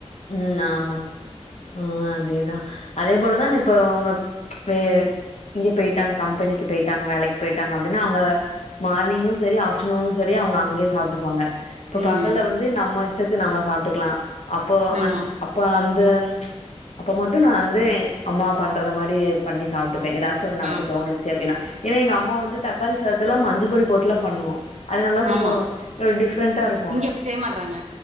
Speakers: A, on the left; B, on the right.
A: ம் ஆமா ஆ அதேதா அதே போலதானே இப்ப அவங்க வே எங்யோ போயிட்டாங்க கம்பெனிக்கு போயிட்டாங்க வேலைக்கு போயிட்டாங்க அப்டினா அவுங்க மார்னிங்கு செரி ஆப்டர்நூனு செரி அவுங்க அங்கயே சாப்டுக்குவாங்க இப்ப
B: ம்
A: பகல்ல வந்து நம்ம இஷ்டத்துக்கு நம்ம சாப்டுக்கலா அப்போ
B: ஆமா
A: அந் அப்ப அந்த அப்ப மட்டு நா வந்து அம்மா பண்றத மாரி பண்ணி சாப்டுப்பே ஏதாச் சோ நமக்கு
B: ஆமா
A: தோணுச்சு அப்டின்னா ஏனா எங்க அம்மா வந்து தக்காளி சாதத்துல்ல மஞ்ச பொடி போட்லா பண்ணுவோ அதுனால கொஞ்ச
B: ஆமா
A: டிஃப்ரெண்ட்டாருக்கு
B: இங்க அப்டி செய்ய மாட்றாங்க